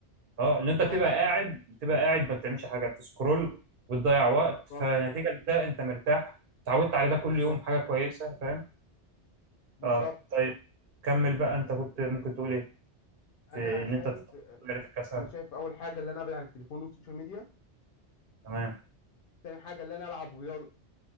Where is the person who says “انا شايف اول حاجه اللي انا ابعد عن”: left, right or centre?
Left